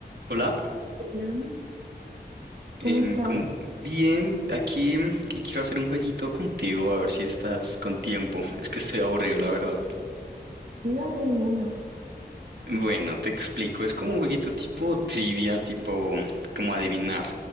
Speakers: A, on the right; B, on the right.
A: Hola,
B: Hola, ¿cómo
A: em,
B: estás?
A: com- bien, aquí mm, que quiero hacer un jueguito contigo, a ver si estás con tiempo. Es que estoy aburrido, la verdad.
B: Y dale de una.
A: Bueno, te explico, es como un jueguito tipo trivia, tipo como adivinar.